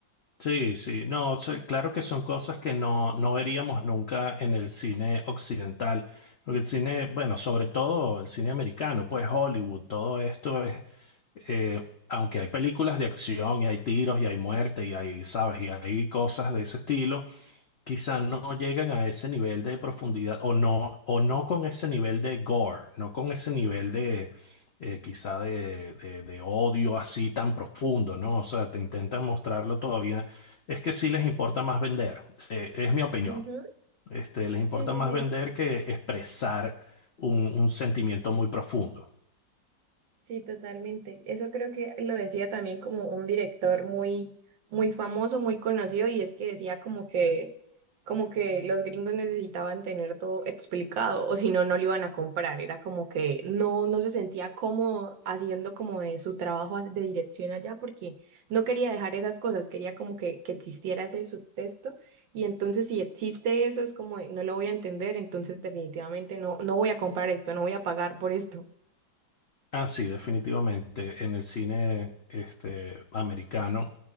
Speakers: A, on the left; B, on the right.
A: Sí, sí, no, sí, claro que son cosas que no, no veríamos nunca en el cine occidental, porque el cine, bueno, sobre todo el cine americano, pues Hollywood, todo esto es, eh, aunque hay películas de acción y hay tiros y hay muerte y hay, sabes, y hay cosas de ese estilo, quizá no llegan a ese nivel de profundidad o no, o no con ese nivel de gore, no con ese nivel de eh, quizá de, de- de odio así tan profundo, ¿no? O sea, te intentan mostrarlo todavía. Es que sí les importa más vender, eh, es mi opinión.
B: Ujú.
A: Este, les importa
B: Sí, sí,
A: más
B: sí.
A: vender que expresar un, un sentimiento muy profundo.
B: Sí, totalmente. Eso creo que lo decía también como un director muy, muy famoso, muy conocido, y es que decía como que, como que los gringos necesitaban tener todo explicado, o si no, no lo iban a comprar. Era como que no, no se sentía cómodo haciendo como de su trabajo de dirección allá, porque no quería dejar esas cosas, quería como que, que existiera ese subtexto, y entonces si existe eso, es como de, no lo voy a entender, entonces definitivamente no, no voy a comprar esto, no voy a pagar por esto.
A: Ah, sí, definitivamente. En el cine este, americano,